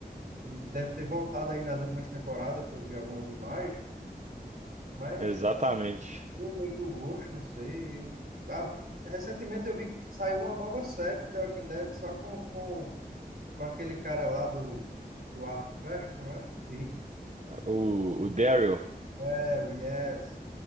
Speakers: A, on the right; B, on the right.
A: ele deve ter voltado aí nas últimas temporadas, que eu vi algumas imagens, mas
B: Exatamente.
A: eu meio que eu gosto, não sei. Eu, ah, recentemente eu vi que saiu uma nova série de The Walking Dead só com, com, com aquele cara lá do, do Arco e Flecha, como é? Ri-
B: O, o Daryl,
A: É, Yes.